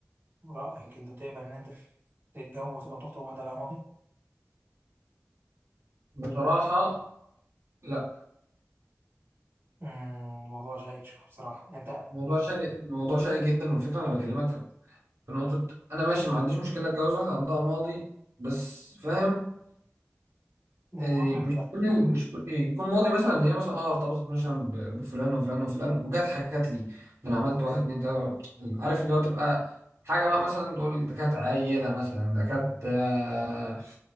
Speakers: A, on the right; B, on the right.
A: رأيك انت تقبل ان انت تتجوز او تخطب واحدة لها ماضي
B: بصراحة لا
A: امم، الموضوع شائك شوية بصراحة انت
B: الموضوع شائك الموضوع شائك جدا والفكرة أنا بكلمك في في نقطة أنا ماشي ما عنديش مشكلة أتجوز واحدة عندها ماضي بس فاهم
A: من
B: إيه،
A: جواك هتبقى
B: مش كل ال-
A: من-
B: مش كل إيه، يكون ماضي مثلا هي مثلا اه ارتبطت مثلا ب- بفلان وفلان وفلان وجت حكت لي ده انا عملت واحد اتنين تلاته عارف اللي هو تبقى حاجه بقى مثلا تقول ده كانت عيله مثلا ده كانت آه